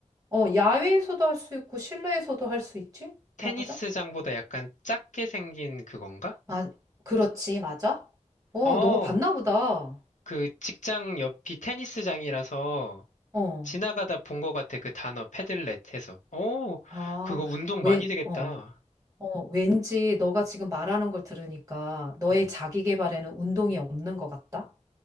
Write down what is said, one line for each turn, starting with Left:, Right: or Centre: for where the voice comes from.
Right: 어, 야외에서도 할 수 있고, 실내에서도 할 수 있지?
Left: 테니스장보다
Right: 맞아?
Left: 약간 작게 생긴 그건가?
Right: 아, 그렇지, 맞아? 어,
Left: 어,
Right: 너가 봤나 보다.
Left: 그 직장 옆이 테니스장이라서
Right: 어.
Left: 지나가다 본 거 같아. 그 단어 패들렛 해서. 어,
Right: 아,
Left: 그거 운동
Right: 왜,
Left: 많이 되겠다.
Right: 어. 어, 왠지 너가 지금 말하는 걸 들으니까 너의
Left: 어,
Right: 자기 개발에는 운동이 없는 것 같다?